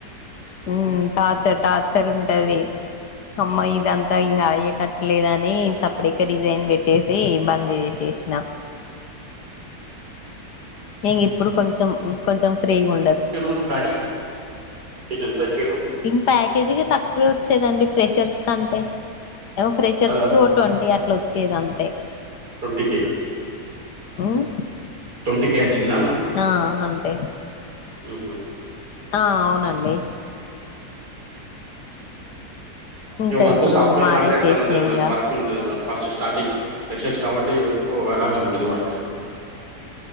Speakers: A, on the left; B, on the right.
A: ఉ టార్చర్ టార్చర్ ఉంటది అమ్మా ఇదంతా ఇంగ అయ్యే టట్లేదని సప్దేక రీజైన్ పెట్టేసి బంద్ చేసేసి న ఇంగ ఇప్పుడు కొంచెం కొంచెం ఫ్రీగా ఉండ
B: చికెన్ కూడా ప్యాకేజ్ నీకు ఎంత ఇచ్చిండు
A: ఇం ప్యాకేజీ ఇగ తక్కువే వచ్చేదండి ఫ్రెషర్స్ కంటే ఏవో ఫ్రెషర్స్
B: అద అది
A: కి ఓ ట్వంటీ అట్ల వచ్చేదంతె
B: టొంటీ కే
A: ఉమ్
B: ట్వంటీ కే అచ్చిందా మేడం
A: ఆ అంతే
B: ఆహా
A: ఆ అవునండి ఇంకా
B: ఇ వర్క్
A: ఇప్పుడు
B: సాఫ్ట్వేర్
A: మానేసేసిన
B: లాంటే ఎట్లా ఉంటుంది మేడం
A: ఇంగ
B: ఎక్కవ ఉంటది మేడం ఫస్ట్ స్టార్టింగ్ ప్రెషెర్స్ కాబట్టి ఎక్కువ అలాగని ఉంటది వర్క్